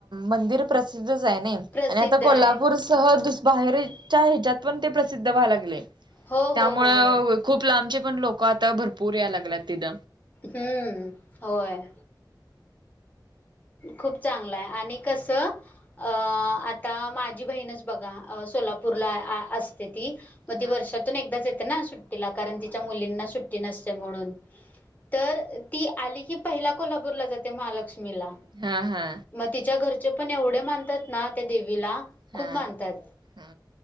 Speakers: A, on the right (about 70°); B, on the left (about 20°).
A: मंदिर प्रसिद्धच आहे नाही.
B: प्रसिद्ध
A: आणि आता
B: आहे
A: कोल्हापूर ह बाहेरच्या ह्याच्यात पण ते प्रसिद्ध व्हायला ला लागले
B: हो हो
A: त्यामुळ
B: हो हो
A: खूप लांबचे पण लोक आता भरपूर या लागल्यात तिद
B: हम्म होय खूप चांगलं आहे आणि कसं अ आता माझी बहीणच बघा सोलापूरला असते ती, मग
A: हा
B: ती वर्षातून एकदाच येते ना सुट्टीला कारण तिच्या मुलींना सुट्टी नसते म्हणून. तर ती आली की पहिला कोल्हापूरला जाते महालक्ष्मीला
A: हा हा
B: मग तिच्या घरचे पण एवढे मानतात ना त्या देवीला
A: हा
B: खूप मानतात
A: हा